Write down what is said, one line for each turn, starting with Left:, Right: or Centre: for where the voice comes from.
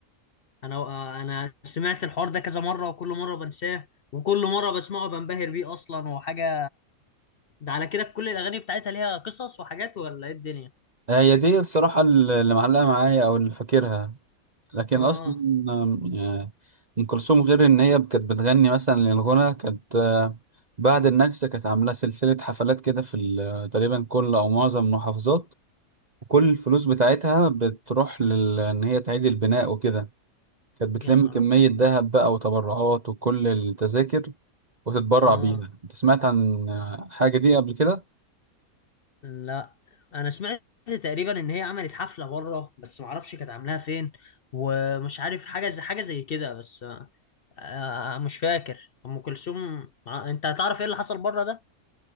Left: انا انا سمعت الحوار ده كذا مره وكل مره بنساه وكل مره بسمعه بنبهر بيه اصلا وحاجه ده على كده كل الاغاني بتاعتها ليها قصص وحاجات ولا ايه الدنيا
Right: هي دي بصراحه اللي معلقه معايا او اللي فاكرها لكن
Left: اه
Right: اصلا آه، ام كلثوم غير ان هي كانت بتغني مثلا للغنى كانت آه، بعد النكسه كانت عامله سلسله حفلات كده في ال- تقريبا كل او معظم المحافظات وكل الفلوس بتاعتها بتروح لل ان هي تعيد البناء وكده كانت بتلم
Left: يا نهار
Right: كمية
Left: ابيض
Right: ذهب بقى وتبرعات وكل التذاكر وتتبرع
Left: اه
Right: بيها انت سمعت عن حاجة دي قبل كده؟
Left: لا انا سمعت تقريبا ان هي عملت حفله بره بس ما اعرفش كانت عاملاها فين ومش عارف حاجه زي حاجه زي كده بس آه مش فاكر ام كلثوم مع- انت هتعرف ايه اللي حصل بره ده